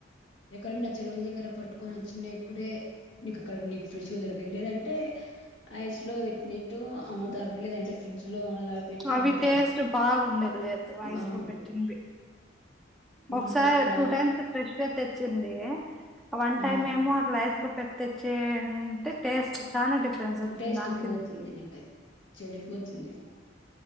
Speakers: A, on the left; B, in the centre.
A: ఎక్కడనా నా చెరువుల దగ్గర పట్టుకొని వచ్చినప్పుడే నీకు అక్కడ నీకు ఫ్రిష్ దొరికాయి లేదంటే ఐస్ లో పెట్టినట్టు అ తరగలేదుంటే ఫ్రిడ్జ్ లో అలా పెట్టి
B: అవి
A: అమ్ముతారు
B: టేస్ట్ బాగుండేది లేదు ఐస్
A: బాగుండు
B: లో పెట్టిన వి ఒకసారి
A: మాకు ఇక్కడ
B: టూ టైమ్స్ ఫ్రెష్గా తెచ్చింది వన్
A: ఆ
B: టైమ్ ఏమో అట్లా ఐస్ లు పెట్ట తెచ్చే అంటే టేస్ట్ చానా డిఫరెన్స్ వచ్చింది
A: టేస్ట్
B: దానికి
A: పోతుంది
B: దీనికి
A: నీకు అది చెడిపోతుంది